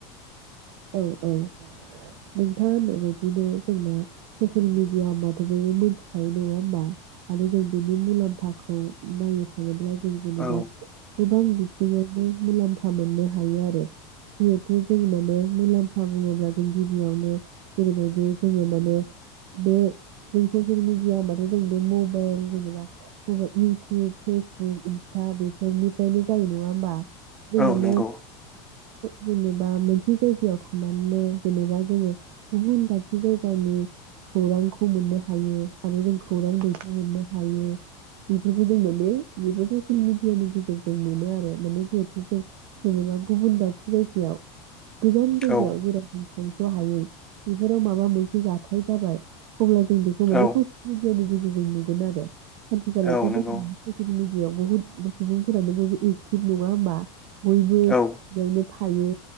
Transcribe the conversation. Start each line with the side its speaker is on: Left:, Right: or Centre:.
Right: औ औ नोंथाङा होननायबायदिनो जोंना ससियेल मिडिया होनोमबाथबो मिथिखायो नङा होमबा आरो जों बेनि मुलाम्फाखौ नायनो थाङोब्ला जेनेबा
Centre: औ
Right: गोबां एसेआवनो मुलाम्फा मोननो हायो आरो जिहेथु जों माने मुलाम्फा बुंङोब्ला जों गिबियावनो जेरैबायदि जोंङो माने बे जों ससेयेल मिडिया होमबाथ' जों बे मबाइल जेनेबा मबाइल इउटुब, फेसबुक, इन्सटा बेफोरनिफ्रायनो जायो नङा होमबा। जों
Centre: औ
Right: माने
Centre: नंगौ
Right: जेनेबा मोनसे जाय गायाव थानानैनो जेनेबा जोंङो गुबुन दाबसे जायगानि खौरांखौ मोननो हायो आरो जों खौरां दैथायहरनो हायो बेफोरखौ जों माने बेफोर ससियेल मेडियानि गेजेरजों मोनो आरो माने जिहेथु जों जेनेबा गुबुन दाबसे जायगायाव। गोजान जायगायाव
Centre: औ
Right: जेरावबो थांस' हायै बेफोराव माबा मोनसे जाथाय जाबाय। अब्ला जों बेखौ माने
Centre: औ
Right: ससियेल नि गेजेरजों नुगोन आरो। आथिखालावथ'
Centre: औ नंगौ
Right: जोंना ससियेल मिडिया बेयाव बुहुत सुबुंफोरानो बयबो एकटिभ नङा होमबा? बयबो
Centre: औ
Right: बेयावनो। थायो।